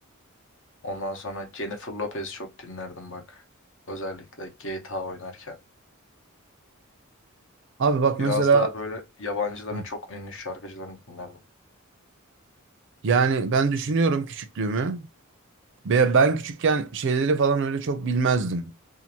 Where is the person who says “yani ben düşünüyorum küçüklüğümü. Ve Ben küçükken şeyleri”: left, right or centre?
Right